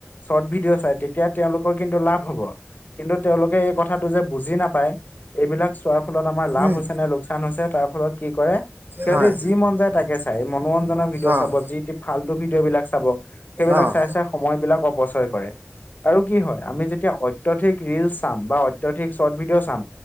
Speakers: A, on the left; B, on the right.
A: চৰ্ত ভিডিঅ ভিডিঅ চাই তেতিয়া হলে! তেওঁলোকৰ কিন্তু লাভ হ'ব কিন্তু তেওঁলোকে এই কথাটো যে বুজি নাপায়। এইবিলাক চোৱাৰ ফলত আমাৰ লাভ
B: উম,
A: হৈছে নে, লোকচান হৈছে তাৰ ফলত কি কৰে। সিহঁতি
B: হয়,
A: যি মন যায় তাকে চাই, মনোৰঞ্জনৰ ভিডিঅ'
B: অ',
A: চবত। য' ফাল্টু ভিডিঅ বিলাক চাব, সেইবিলাক
B: অ',
A: চ চাই সময় বিলাক অচয় কৰে। আৰু কি হয় আমি যেতিয়া অত্যাধিক ৰিলচ চাম বা অত্যাধিক শৰ্ট ভিডিঅ' চাম।